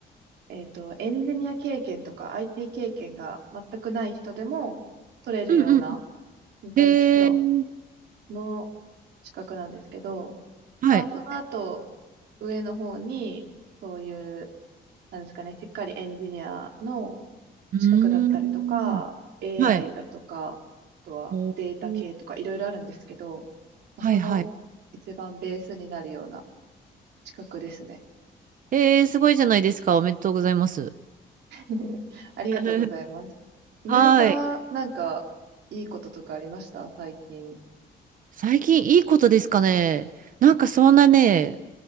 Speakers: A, on the right (about 85°); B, on the right (about 50°).
A: えっと、エンジニア経験とか IT 経験が全くない人でも取れるような、
B: うんうんうん。
A: 本当に基礎
B: えー、
A: の資格なんですけど、
B: はい。
A: まあ、その後、上の方に、そういう、なんですかね、しっかりエンジニアの
B: うー
A: 資格だったりとか、
B: ん。
A: AI
B: はい。
A: だとか、あとはデータ系とかいろいろあるんですけど、
B: おー
A: まあその一番ベースになるような
B: はいはい。
A: 資格ですね。
B: えー、すごいじゃないですか。おめでとうございます。
A: <laughs> ありがとうございます。
B: <laughs>
A: みのりさんはなんかいいこととかありました最近。
B: はい。最近いいことですかね。なんかそんなね、